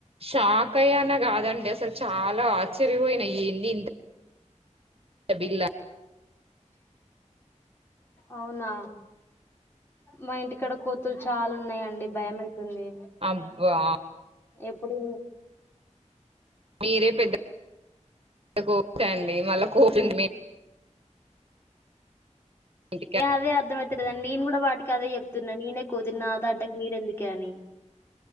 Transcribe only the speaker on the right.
షాక్ అయ్యానాగా ఆదంటే అసలు చాలా ఆశ్చర్యపోయిన ఏంది ఇంత గబిల్లా
అబ్బా
మీరే పెద్ద కోతండి మళ్ళా కోతి మే ఇంటికాడ